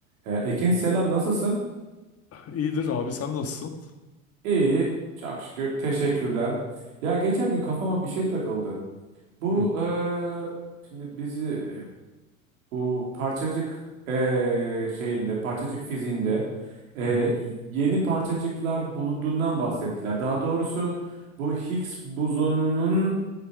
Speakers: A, on the right; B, on the left.
A: Ee, Ekin selam nasılsın?
B: İyidir abi sen nasılsın?
A: İyi çok şükür teşekkürler. Ya geçen gün kafama bir şey takıldı. Bu
B: Hı
A: eee, şimdi bizi e, bu parçacık eee, şeyinde parçacık fiziğinde eee,
B: hı. hı.
A: yeni parçacıklar bulunduğundan bahsettiler. Daha doğrusu bu Higgs bozonunun